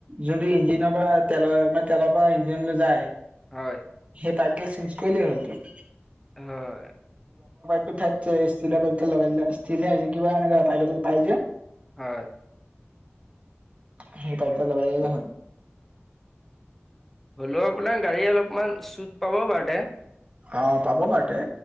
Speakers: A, on the right; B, in the centre.
A: যোনটো ইঞ্জিন পৰা তেলৰ মানে তেলৰ পৰা ইঞ্জিন লৈ যায়।
B: হয়
A: সেই পাইগেল চেঞ্জ কৰিল হ'ল ত
B: হয়
A: াই ষ্টিলৰ প লগ ষ্টিল কিবা এনেক তাই পাই যে
B: হয়।
A: সেই পাইপডাল লগাইদিলে হ'ল
B: হলেও আপোনাৰ গাড়ী অলপমান চুট পাব বাৰুতে
A: অ পাব পাৰতে